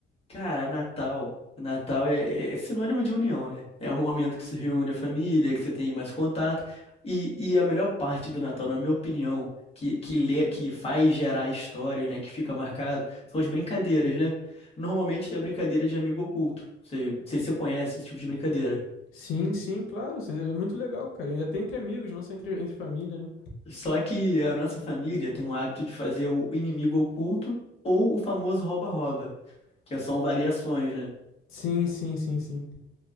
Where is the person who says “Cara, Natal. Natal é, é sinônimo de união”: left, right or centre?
Left